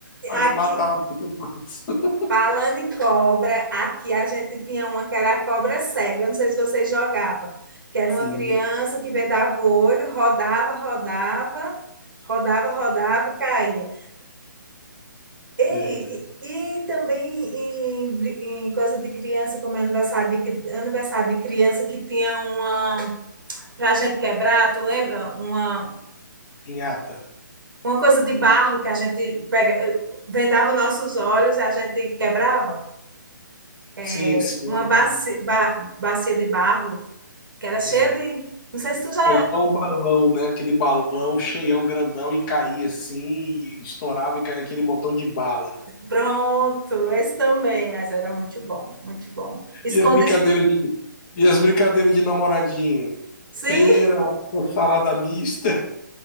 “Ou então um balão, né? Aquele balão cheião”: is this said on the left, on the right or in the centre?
Left